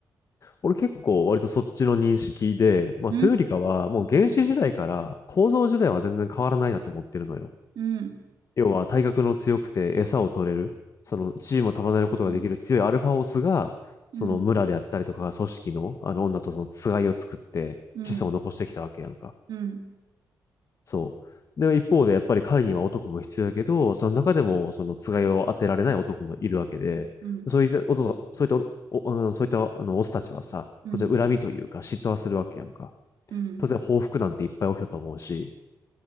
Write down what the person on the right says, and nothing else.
うん。
うん。うん
そうですね。
うん。うん。うん。
うん。
うん。
うん。